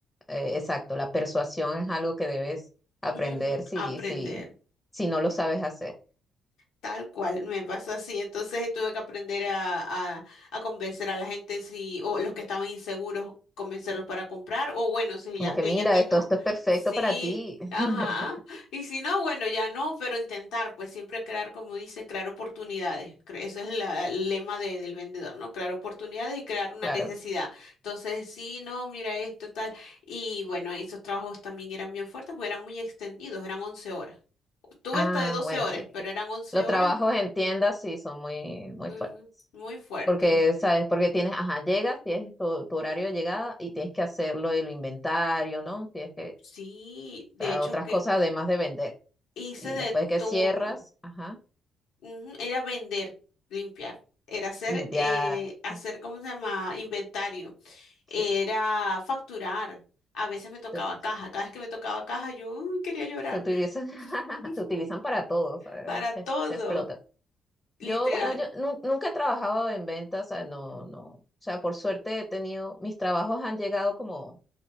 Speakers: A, on the left; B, on the left.
A: eh, exacto, la persuasión es algo que debes aprender
B: Ujú,
A: si,
B: Aprender.
A: si, si no lo sabes hacer.
B: Tal cual, me pasó así. Entonces tuve que aprender a, a, a convencer a la gente si, o los que estaban inseguros, convencerlos para comprar, o bueno, si
A: Como
B: ya,
A: que
B: ya
A: mira,
B: que
A: esto,
B: no,
A: esto es perfecto
B: sí,
A: para ti. <laughs>
B: ajá. Y si no, bueno, ya no, pero intentar, pues siempre crear, como dicen, crear oportunidades. Cre- Eso es la- el lema de- del vendedor, ¿no? Crear oportunidades y crear una
A: Claro.
B: necesidad. Entonces, sí, no, mira esto, tal. Y bueno, esos trabajos también eran bien fuertes porque eran muy extendidos, eran 11 horas. Tuve
A: Ah,
B: hasta de 12
A: bueno,
B: horas,
A: sí,
B: pero
A: sí.
B: eran once
A: Los
B: horas
A: trabajos en tiendas sí son muy, muy
B: Ujú,
A: fuertes.
B: Muy fuerte.
A: Porque, ¿sabes? Porque tienes, ajá, llegas, tienes tu, tu horario de llegada y tienes que hacerlo el inventario, ¿no? Tienes que,
B: Sí, de
A: o sea,
B: hecho
A: otras
B: que
A: cosas además de vender.
B: hice
A: Y
B: de
A: después que
B: todo.
A: cierras, ajá,
B: Ujú, Era vender, limpiar, era hacer,
A: limpiar.
B: eh, hacer,
A: mm,
B: ¿cómo se llama? Inventario, era
A: Sí,
B: facturar. A veces me tocaba
A: te, ut-
B: caja. Cada vez que me tocaba caja, yo uy, quería llorar.
A: te utilizan, <laughs>
B: <laughs>
A: te utilizan para todo, ¿sabes?
B: Para todo,
A: Te, te explotan.
B: literal.
A: Yo, bueno, yo nu- nunca he trabajado en ventas, o sea, no, no. O sea, por suerte he tenido, mis trabajos han llegado como